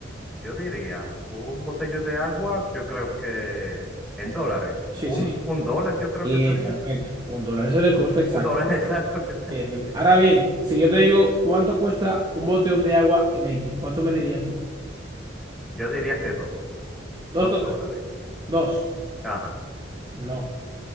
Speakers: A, in the centre; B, on the right.
A: Yo diría, un botello de agua, yo creo que en dólares.
B: Sí,
A: Un,
B: sí.
A: un dólar yo creo
B: Bien,
A: que sería.
B: perfecto. Un dólar es el coste exacto.
A: Un dólar <laughs> exacto, en verdad.
B: Perfecto. Ahora bien, si yo te digo cuánto cuesta un botellón de agua en Haití, ¿cuánto me dirías tú?
A: Yo diría que dos,
B: ¿Dos
A: dos
B: dólares?
A: dólares.
B: Dos.
A: Ajá.
B: No,